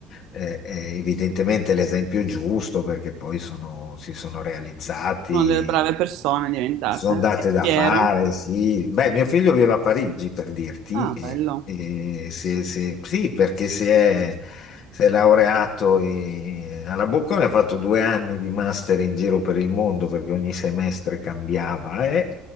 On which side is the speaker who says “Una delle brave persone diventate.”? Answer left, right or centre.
Right